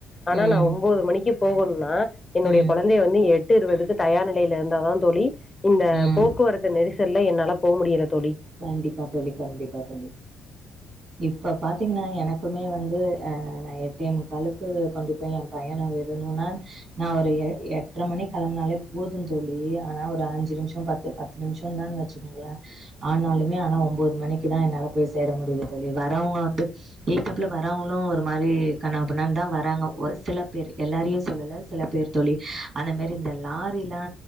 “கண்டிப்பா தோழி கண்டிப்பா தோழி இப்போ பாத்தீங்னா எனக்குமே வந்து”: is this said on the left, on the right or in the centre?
Right